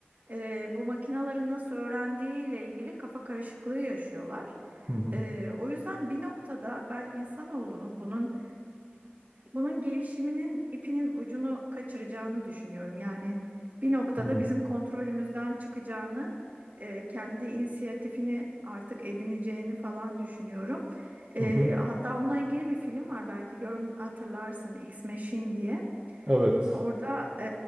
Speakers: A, on the right; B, on the right.
A: e, bu makinaların nasıl öğrendiğiyle ilgili kafa karışıklığı yaşıyorlar.
B: Hı hı.
A: E, o yüzden bir noktada ben insanoğlunun bunun bunun gelişiminin ipinin ucunu kaçıracağını düşünüyorum. Yani bir noktada
B: Hı
A: bizim kontrolümüzden çıkacağını, e, kendi inisiyatifini artık edineceğini falan düşünüyorum. E,
B: hı. hı.
A: hatta onunla ilgili bir film var belki gör, hatırlarsın X Machine diye.
B: Evet.
A: Orada e,